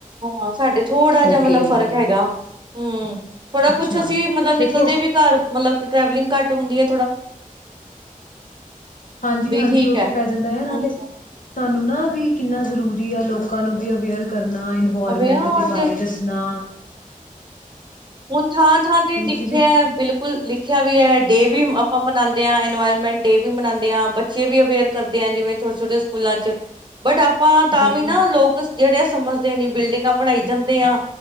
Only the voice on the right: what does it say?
ਹਾਂ ਸਾਡੇ। ਥੋੜ੍ਹਾ ਜਿਹਾ
ਮਤਲਬ ਫਰਕ ਹੈਗਾ। ਹੰ ਥੋੜਾ
ਕੁਛ ਅਸੀਂ ਮਤਲਬ ਨਿਕਲਦੇ
ਵੀ ਘਰ ਮਤਲਬ ਟਰੈਵਲਿੰਗ ਘੱਟ ਹੁੰਦੀ ਐ
ਵੀ ਠੀਕ
ਹੈ
ਹੂੰ,
ਹਾਂ
ਹੁਨ ਥਾਂ-ਥਾਂ ਤੇ ਲਿਖਿਐ
ਬਿਲਕੁਲ ਲਿਖਿਆ ਵੀ ਐ ਡੇ ਵੀ ਆਪਾਂ ਮਨਾਨ ਦੇ ਇਨਵਾਇਰਮੈਂਟ ਡੇ ਵੀ ਮਨਾਉਂਦੇ ਆਾਂ ਬੱਚੇ ਵੀ ਅਵੇਅਰ ਕਰਦੇ ਆ ਜਿਵੇਂ ਛੋਟੇ ਛੋਟੇ ਸਕੂਲਾਂ ਚ। ਬਟ ਆਪਾਂ ਤਾਂ
ਵੀ ਨਾ ਲੋਕ ਜਿਹੜੇ ਸਮਝਦੇ ਨੀ ਬਿਲਡਿੰਗਾਂ ਬਣਾਈ ਜਾਂਦੇ ਆਂ